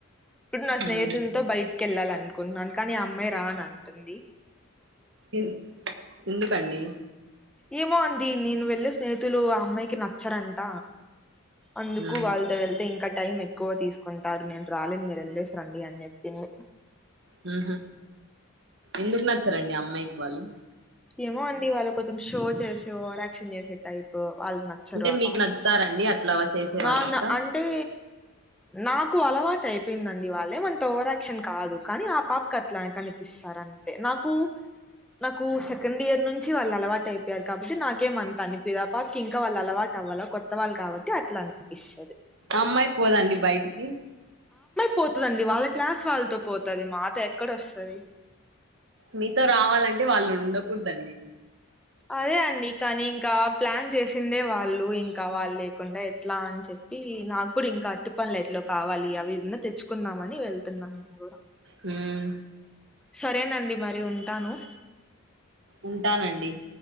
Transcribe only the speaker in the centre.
ఇప్పుడు నా స్నేహితులతో
బయటకి వెళ్ళాలి అనుకుంటన్నాను. కానీ ఆ అమ్మాయి రానంటుంది.
ఏమో అండి నేను వెళ్ళి స్నేహితులు ఆ అమ్మాయికి నచ్చరంట అందుకు
వాళ్ళతో వెళ్తే ఇంకా టైం ఎక్కువ తీసుకుంటారు నేను రాలేని మీరు వెళ్లేస్రండి అనిచెప్పింది.
ఏమో అండి వాళ్ళు కొంచెం షో చేసే, ఓవర్ యాక్షన్ చేసే టైప్ వాళ్ళు నచ్చరు
అ
పాప
కి
నాన్న
అంటే నాకు అలవాటు అయిపోయిందండి వాళ్ళే మంత ఓవరాక్షన్ కాదు. కానీ ఆ పాపకు అట్లా కనిపిస్తాను. గంతే నాకు నాకు సె సెకండ్ ఇయర్ నుంచి వాళ్ళు అలవాటు కండియర్ నుంచి వాళ్ళు అలవాటు అయిపోయారు. కాబట్టి నాకేమి అంత అనిపియదు. ఆ పాప కి ఇంకా వాళ్ళు అలవాటు అవ్వలా కొత్త వాళ్ళక కాబట్టి అట్లా అనిపిస్తది.
పోతుదండి వాళ్ళ క్లాస్ వాళ్ళతో పోతది మాతో ఎక్కడ వస్తది.
అదే అండి కానీ ఇంకా ప్లాన్ చేసిందే వాళ్ళు ఇం కావాలి లేకుండా ఎట్లా అని చెప్పి నాకు అప్పుడు ఇంకా అట్టు పనులు ఎట్లో కావాలి అవి విన్నా తెచ్చుకుందామ అని వెళ్తున్నా నేను కూడా
సరేనండి మరి ఉంటాను